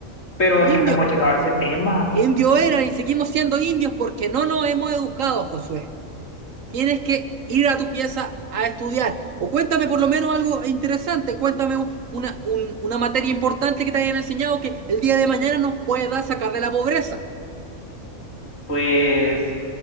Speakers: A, on the left; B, on the right.
A: pero es que
B: Indio,
A: no hemos llegado a ese tema.
B: Indio era y seguimos siendo indios porque no nos hemos educado, Josué. Tienes que ir a tu pieza a estudiar. O cuéntame por lo menos algo interesante, cuéntame un- una, un- una materia importante que te hayan enseñado que el día de mañana nos pueda sacar de la pobreza.
A: Pues